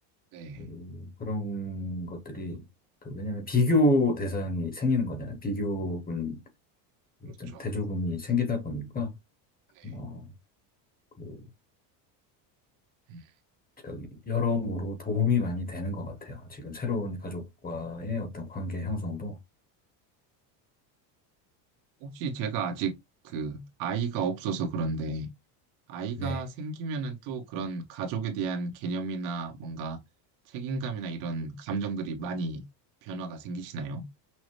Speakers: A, on the right (about 75°); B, on the left (about 20°).
A: 네,
B: 음, 그런 것들이, 그 왜냐면 비교 대상이 생기는 거잖아요. 비교군,
A: 그렇죠.
B: 어떤 대조군이 생기다 보니까,
A: 네.
B: 어, 그
A: 음.
B: 저기 여러모로 도움이 많이 되는 것 같아요. 지금 새로운 가족과의 어떤 관계 형성도.
A: 혹시 제가 아직 그 아이가 없어서 그런데 아이가
B: 네,
A: 생기면은 또 그런 가족에 대한 개념이나 뭔가 책임감이나 이런 감정들이 많이 변화가 생기시나요?